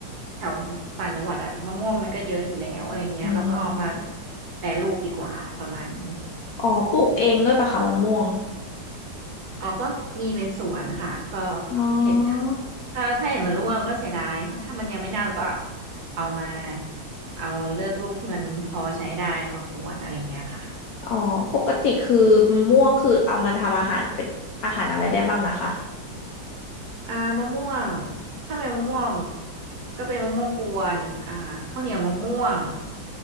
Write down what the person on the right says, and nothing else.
แถวต่างจังหวัดอะมะม่วงมันก็เยอะอยู่แล้วอะไรเงี้ยเราก็เอามา
แปรรูปดีกว่าประมาณนี้
อ๋อก็มีเป็นสวนค่ะก็
เห็ดถ้าถ้าเห็ดมันร่วงก็เสียดายถ้ามันยังไม่เน่าก็เอามาเอาเลือกลูกที่มันพอใช้ได้มากวนอะไรเงี้ยค่ะ
อ่ามะม่วงถ้าเป็นมะม่วงก็เป็นมะม่วงกวนอ่าข้าวเหนียวมะม่วง